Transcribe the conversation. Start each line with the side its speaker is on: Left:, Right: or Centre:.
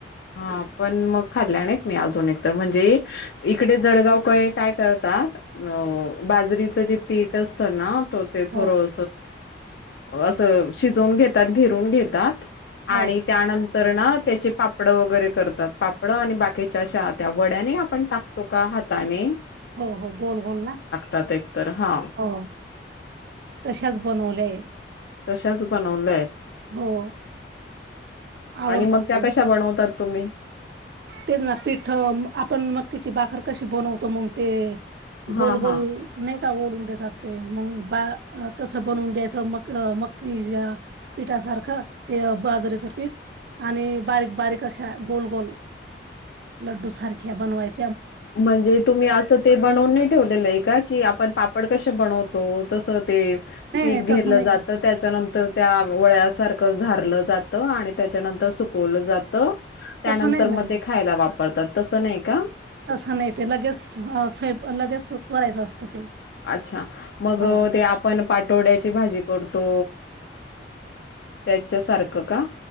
Left: हा पण मग खाल्ल्याने मी अजून एकत म्हणजे इकडे जळगावकळे काय करतात. अ, बाजरीचं जे पीठ असतं ना, ते थोडं
Right: हो
Left: अस शिजून घेतात. घेरून घेत त्याात आणि
Right: हो
Left: त्यानंतर तर ना त्याचे पापडं वगैरे करतात, पापडं आणि बाकीच्या अशा हात्या वड्याने आपण टाकतो का हाताने.
Right: हो! हो! गोल-गोल ना.
Left: ताते, तर हां!
Right: हो तशाच बनवल्याय
Left: तशाच बनवल्याय
Right: हो. आवडतात
Left: आणि मग त्या
Right: खूप
Left: कशा बनवतात तुम्ही.
Right: ते ना पिठ आपण मकीची बाखर कशी बनवतो मग ते
Left: हा
Right: गोल-गोल
Left: हा
Right: नाही. ओढून देतात ते मग बा तस बनवून द्यायच म मकी पीठासारखं, ते बाजरेचं पीठ आणि बारीक-बारीक अशा. गोल-गोल लड्डू सारख्या बनवायच.
Left: म्हणजे तुम्ही असं ते बनवून नाही ठेवलेलं आहे का? की आपण पापड कसे बनवतो. तसं, ते
Right: नाही
Left: पीठ
Right: नाही
Left: घेरलं
Right: तसं नाही
Left: जात त्याच्यानंतर त्या वळ्यासारख. झाारलं जातं आणि त्याच्यानंतर सुकवलं जातं. त्यानंतर
Right: तसं नाही
Left: मग
Right: ना
Left: ते खायला वापर. करतात तसं नाही का?
Right: तं नाही, ते लगेच सुकवायचं लगेच करायचं असतं ते.
Left: अच्छा मग
Right: हो
Left: ते आपण पाटोड्याची भाजी करतो. त्याच्या सारखं का.?